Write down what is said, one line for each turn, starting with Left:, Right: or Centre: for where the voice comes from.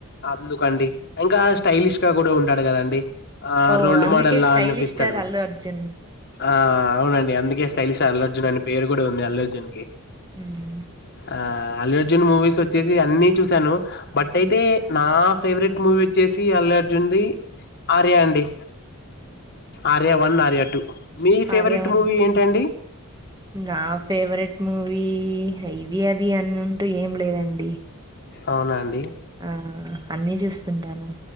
Left: అందుకండి ఇంకా స్టైలిష్ గా కూడా ఉంటాడు కదండి. ఆహ్
Right: ఓ
Left: రోల్డ్
Right: అందుకే
Left: మోడల్ లా
Right: స్టైలిష్
Left: అనిపిస్తడు.
Right: స్టార్ అల్లు అర్జున్.
Left: ఆహ్ అవునండి అందుకే స్టైలిష్ అల్లుఅర్జున్ అనే పేరు కూడా ఉంది అల్లుఅర్జున్ కి.
Right: ఉమ్.
Left: ఆ అల్లు అర్జున్ మూవీస్ వచ్చేసి అన్ని చూశాను బట్ అయితే
Right: హ్మ్.
Left: నా. ఫేవరెట్ మూవీ వచ్చేసి అల్లుఅర్జున్ది ఆర్య అండి. ఆర్య వన్ ఆర్య టు మీ ఫేవరెట్
Right: ఆర్యవన్
Left: మూవీ ఏంటండి.
Right: నా ఫేవరెట్ మూవీ. ది హ్ ఇది అది అన్నుంటు ఏం లేదండి.
Left: అవునాండి.
Right: ఆహ్ అన్నీ చూస్తుంటాను.